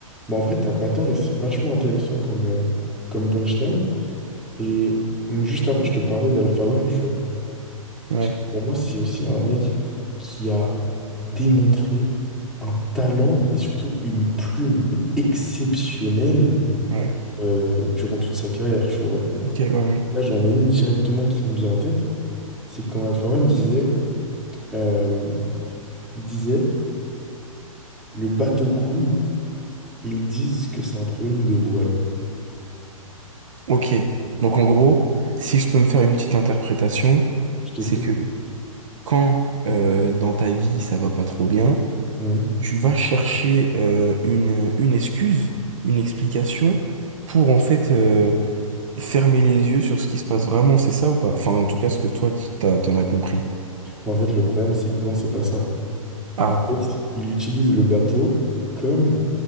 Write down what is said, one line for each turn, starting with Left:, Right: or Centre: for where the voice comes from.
Centre: Mais en vrai, t'as pas tort et c'est vachement intéressant comme, euh, comme punchline. Et hum, juste avant, je te parlais d'Alpha One, tu vois.
Right: Ouais,
Centre: Parce que Pour moi, c'est aussi un mec qui a démontré un talent et surtout une plume mais exceptionnelle
Right: ouais,
Centre: euh, durant toute sa carrière, tu vois.
Right: ok, ouais, ouais.
Centre: Là, j'en ai une directement qui me vient en tête, c'est quand Alpha One disait, euh, il disait, le bateau coule et ils disent que c'est un problème de voile.
Right: Ok. Donc en gros, si je peux me faire une petite interprétation,
Centre: Je t'écoute.
Right: c'est que quand euh, dans ta vie ça va pas trop bien,
Centre: Mhm.
Right: tu vas chercher euh, une, une excuse, une explication pour en fait euh, Fermer les yeux sur ce qui se passe vraiment, c'est ça ou pas? Enfin, en tout cas, ce que toi, tu t'as- t'en as compris.
Centre: Mais en fait, le problème, c'est que non, c'est pas ça.
Right: Ah,
Centre: En fait, il utilise le bateau comme